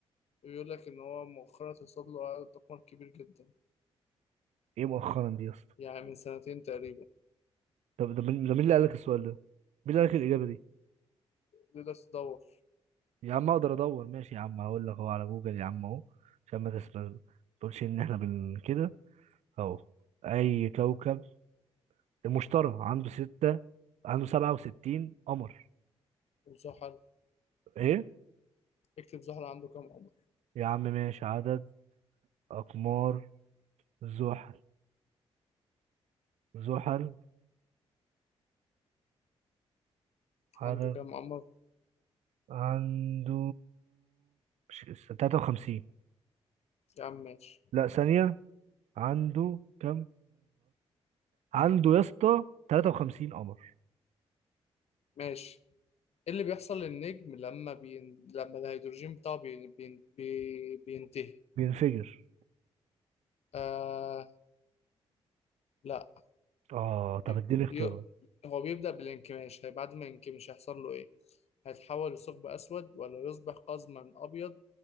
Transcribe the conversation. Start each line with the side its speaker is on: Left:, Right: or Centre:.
Left: بيقول لك إن هو مؤخرا اترصد له عدد أقمار كبير جدا
Right: ايه مؤخرا دي يا اسطى
Left: يعني من سنتين تقريبا
Right: طب ده مين ده مين اللي قال لك السؤال ده مين اللي قال لك الاجابه دي
Left: تقدر تدور
Right: يا عم اقدر ادور ماشي يا عم هقول لك اهو على جوجل يا عم اهو عشان ما تسرقش ما تقولش ان احنا بن كده اهو اي كوكب المشتري عنده ستة عنده سبعة وستين قمر
Left: وزحل
Right: ايه
Left: اكتب زحل عنده كام قمر
Right: يا عم ماشي عدد اقمار زحل زحل عدد
Left: عنده كام قمر
Right: عنده مش 53
Left: يا عم ماشي
Right: لا ثانية عنده كم عنده يا اسطى 53 قمر
Left: ماشي ايه اللي بيحصل للنجم لما بين... لما الهيدروجين بتاعه بين... بين... بي- بينتهي
Right: بينفجر
Left: آه لا
Right: اه طب
Left: ي...
Right: اديني اختيارات
Left: ي... هو بيبدأ بالانكماش هي بعد ما ينكمش هيحصل له ايه هيتحول لثقب اسود ولا يصبح قزما ابيض